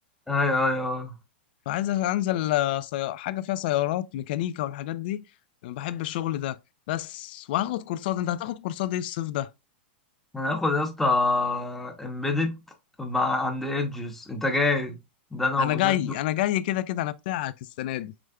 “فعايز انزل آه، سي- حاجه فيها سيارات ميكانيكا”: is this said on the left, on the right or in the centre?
Left